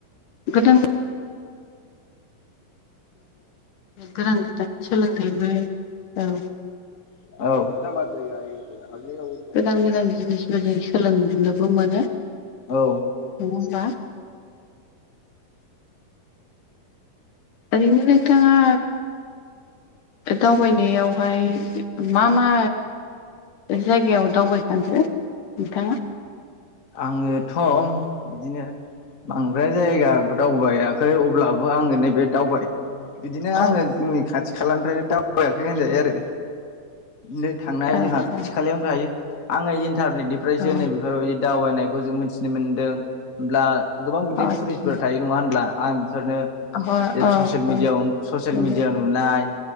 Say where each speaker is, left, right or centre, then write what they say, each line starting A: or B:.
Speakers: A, on the left; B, on the left.
A: गोदान गो गोदान गोदान सोलोंथाइबो औ।
B: औ।
A: गोदान गोदान जिनिसबो जों सोलोंनोबो मोनो।
B: औ।
A: नङा होनबा? ओरैनो नोंथाङा दावबायनायाव हाय मा मा जायगायाव दावबायखांखो‌ नोंथाङा?
B: आङोथ' बिदिनो बांद्राय जायगाखौ दावबायाखै अब्लाबो आङो नैबे दावबाय बिदिनो
A: औ
B: आङो जोंनि खाथि खालानिफ्रायनो दावबायाखै होनजायो आरो नो थांनाय
A: आतसा
B: जोंहा खाथि खालायाव थायो आङो इन्टारनेटनिफ्रायसो
A: औ
B: नैब ओ ऐ दावबायनायखौ जों मिथिनो मोन्दों होब्ला गोबां बिदिनो
A: आतसा
B: टुरिस्टफोर थायो। नङा होनब्ला? आं बेफोरनो
A: <unintelligible>
B: ससेल मिडियाव
A: औ
B: सेल
A: नंगौ
B: मिडियाव नाय